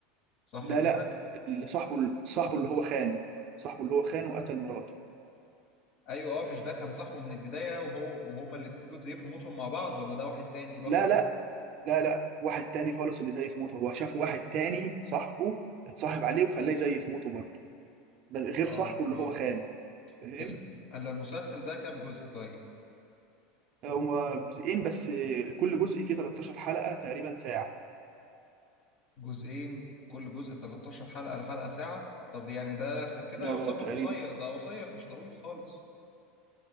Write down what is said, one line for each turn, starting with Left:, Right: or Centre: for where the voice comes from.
Left: صح
Right: لا
Left: كده
Right: لا اللي صاحبه صاحبه اللي هو خانه صاحبه اللي هو خانه قتل مراته
Left: ايوه اه مش ده كان صاحبه من البداية وهو وهما الاتنين دول زي في موتهم مع بعض ولا ده واحد تاني لوحده
Right: لا لا لا لا واحد تاني خالص اللي زي في موته هو شاف واحد تاني صاحبه اتصاحب عليه وخلاه زي في موته برضه بس غير
Left: اه
Right: صاحبه اللي
Left: اه
Right: هو خانه فاهم
Left: ال- الا المسلسل ده كام جزء طيب
Right: آه، هما جزئين بس كل جزء فيه 13 حلقة تقريبا ساعة
Left: جزئين كل جزء 13 حلقة الحلقة ساعة طب يعني ده كده
Right: اه
Left: يعتبر
Right: تقريبا
Left: قصير ده قصير مش طويل خالص